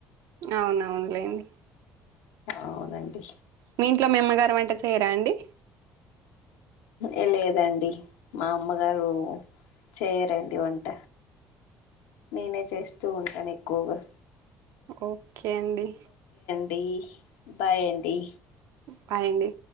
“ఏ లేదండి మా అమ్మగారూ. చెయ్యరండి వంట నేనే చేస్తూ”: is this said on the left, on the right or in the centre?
Left